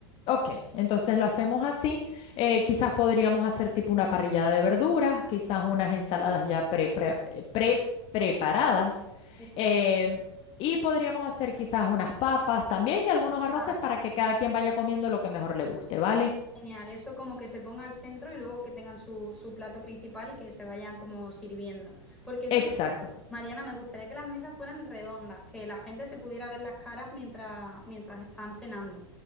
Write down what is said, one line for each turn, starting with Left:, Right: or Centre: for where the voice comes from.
Left: Ok, entonces lo hacemos así. Eh, quizás podríamos hacer tipo una parrillada de verduras, quizás unas ensaladas ya pre, pre- eh, pre- preparadas.
Centre: Estupendo.
Left: em, y podríamos hacer quizás unas papas también y algunos arroces
Centre: Ah,
Left: para que cada quien vaya comiendo lo que mejor le guste, ¿vale?
Centre: genial. Eso como que se ponga al centro y luego que tengan su, su plato principal y que se vayan como sirviendo. Porque eso
Left: Exacto.
Centre: sí, Mariana, me gustaría que las mesas fueran redondas, que la gente se pudiera ver las caras mientras, mientras están cenando.